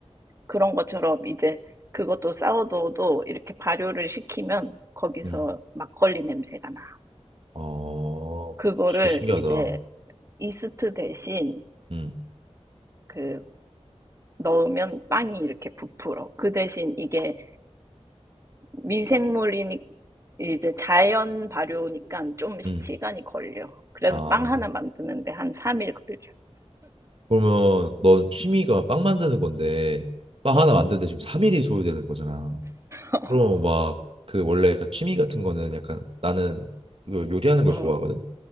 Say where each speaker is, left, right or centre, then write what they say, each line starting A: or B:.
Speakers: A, on the right (about 25°); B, on the right (about 55°).
A: 그런 것처럼 이제 그것도 사워도우도 이렇게 발효를 시키면 거기서
B: 음.
A: 막걸리 냄새가 나.
B: 어,
A: 그거를
B: 진짜 신기하다.
A: 이제 이스트 대신
B: 음,
A: 그 넣으면 빵이 이렇게 부풀어. 그 대신 이게 미생물이니 이제 자연 발효니까 좀 시간이
B: 음,
A: 걸려. 그래서
B: 아.
A: 빵 하나 만드는데 한 3일 걸려.
B: 그러면 넌 취미가 빵 만드는 건데, 빵
A: 어,
B: 하나 만드는데 지금 3일이 소요되는 거잖아.
A: <laughs>
B: 그럼 막 그 원래 그 취미 같은 거는 약간 나는 그 요리하는 걸
A: 어,
B: 좋아하거든.